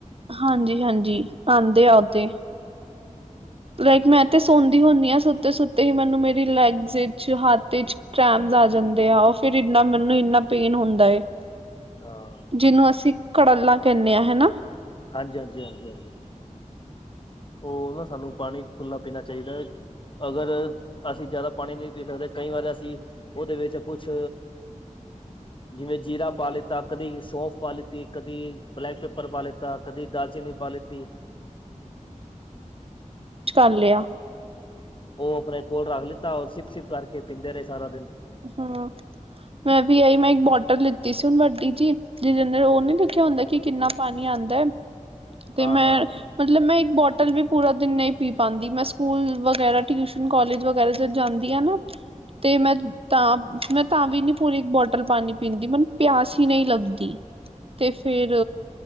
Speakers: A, on the right (about 45°); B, on the left (about 40°).
A: ਹਾਂਜੀ -ਹਾਂਜੀ ਆਉਂਦੇ -ਆਉਦੇ ਲਾਈਕ ਮੈਂ ਤੇ ਸੌਦੀ ਹੁੰਦੀ ਹਾਂ, ਸੁੱਤੇ- ਸੁੱਤੇ ਹੀ ਮੈਨੂੰ ਮੇਰੀ ਲੈਗਜ਼, ਵਿੱਚ ਹੱਥ ਵਿੱਚ ਚਾਦ ਆ ਜਾਂਦੇ ਆ, ਉਹ ਫਿਰ ਇਨਾ ਮੈਨੂੰ ਇੰਨਾ ਪੇਨ ਹੁੰਦਾ ਏ
B: ਹਾਂ,
A: ਜਿਹਨੂੰ ਅਸੀਂ, ਕੜਲਾ ਕਹਿੰਦੇ ਹਾਂ ਹਨਾ।
B: ਹਾਂਜੀ -ਹਾਂਜੀ, ਹਾਂਜੀ, ਹਾਂਜੀ, ਉਹ ਨਾ, ਸਾਨੂੰ ਪਾਣੀ ਖੁੱਲ੍ਹਾ ਪੀਣਾ ਚਾਹੀਦਾ। ਅਗਰ ਅਸੀਂ ਜ਼ਿਆਦਾ ਪਾਣੀ, ਨਹੀਂ ਪੀ ਸਕਦੇ ਕਈ ਵਾਰ ਅਸੀਂ ਉਹਦੇ, ਵਿੱਚ ਕੁਛ, ਜਿਵੇਂ ਜੀਰਾ ਪਾ ਲਿੱਤਾ, ਕਦੀ ਸੌਂਫ ਪਾ ਲਿੱਤੀ, ਕਦੀ ਬਲੈਕ ਪੇਪਰ ਪਾ ਲਿੱਤਾ, ਕਦੀ ਦਾਲਚੀਨੀ, ਪਾ ਲਿੱਤੀ
A: ਕਰ ਲਿਆ।
B: ਉਹ ਆਪਣੇ, ਕੋਲ ਰੱਖ ਲਿੱਤਾ, ਉਹ ਸਿਪ -ਸਿਪ ਕਰਕੇ ਪੀਂਦੇ ਰਹੇ ਸਾਰਾ ਦਿਨ
A: ਹਮ ਮੈਂ ਵੀ, ਆਈ ਮੈਂ ਇੱਕ ਬੋਟਲ ਲਿੱਤੀ ਸੀ, ਹੁਣ ਵੱਡੀ ਜਿਹੀ ਜਿਦੇ ਦੇ, ਉਹ ਨੀ ਲਖਿਆ ਹੁੰਦਾ ਕਿ ਕਿੰਨਾ ਪਾਣੀ ਆਉਂਦਾ, ਹੈ ਤੇ
B: ਹਾਂ
A: ਮੈਂ,
B: ਹਾਂ ਹਾਂ ਹਾਂ।
A: ਮਤਲਬ ਮੈਂ ਇੱਕ ਬੋਟਲ ਵੀ ਪੂਰਾ ਦਿਨ ਨਹੀਂ ਪੀ ਪਾਉਂਦੀ। ਮੈਂ ਸਕੂਲ ਵਗੈਰਾ, ਟਿਊਸ਼ਨ, ਕੋਲਜ ਵਗੈਰਾ, ਤੇ ਜਾਂਦੀ ਆ ਨਾ, ਤੇ ਮੈਂ, ਤਾਂ ਮੈਂ ਤਾਂ ਵੀ ਨੀ, ਪੂਰੀ ਇੱਕ ਬੋਟਲ ਪਾਣੀ ਪੀਂਦੀ। ਮੈਨੂੰ ਪਿਆਸ ਹੀ ਨਹੀਂ ਲੱਗਦੀ। ਤੇ ਫੇਰ,